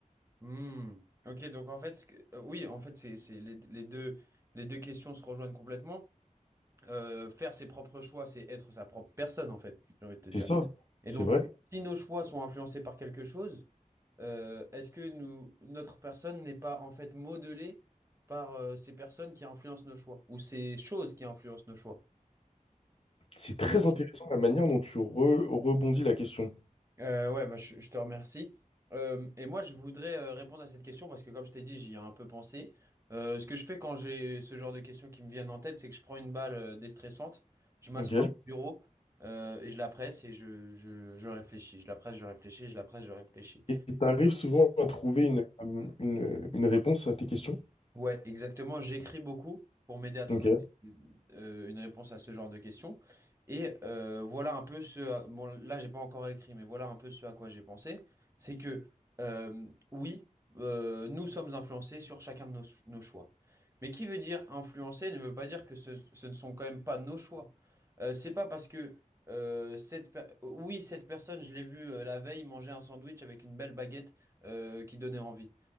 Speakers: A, on the right; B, on the left.
A: Hmm. Ok, donc en fait, ce que- euh, oui, en fait, c'est, c'est les, les deux, les deux questions se rejoignent complètement. Euh, faire ses propres choix, c'est être sa propre personne, en fait, j'ai envie de te dire.
B: C'est ça,
A: Et
B: c'est
A: donc,
B: vrai.
A: si nos choix sont influencés par quelque chose, euh, est-ce que nous, notre personne n'est pas en fait modelée par euh, ces personnes qui influencent nos choix ou ces choses qui influencent nos choix?
B: C'est très
A: Et moi-
B: intéressant la manière dont tu re- rebondis la question.
A: Euh, ouais, bah, je, je te remercie. Euh, et moi, je voudrais euh, répondre à cette question parce que, comme je t'ai dit, j'y ai un peu pensé. Euh, ce que je fais quand j'ai ce genre de questions qui me viennent en tête, c'est que je prends une balle euh, déstressante, je m'assois
B: Ok.
A: à mon bureau euh, et je la presse et je, je, je réfléchis. Je la presse, je réfléchis, je la presse, je réfléchis.
B: Et tu arrives souvent à trouver une, euh, une, une réponse à tes questions?
A: Ouais, exactement. J'écris beaucoup pour m'aider à trouver
B: Ok,
A: des- euh, une réponse à ce genre de questions. Et euh, voilà un peu ce... à- Bon, là, j'ai pas encore écrit, mais voilà un peu ce à quoi j'ai pensé. C'est que, euh, oui, euh, nous sommes influencés sur chacun de nos, nos choix. Mais qui veut dire influencer ne veut pas dire que ce, ce ne sont quand même pas nos choix. Euh, c'est pas parce que... euh, cette per- Oui, cette personne, je l'ai vue euh, la veille manger un sandwich avec une belle baguette euh, qui donnait envie.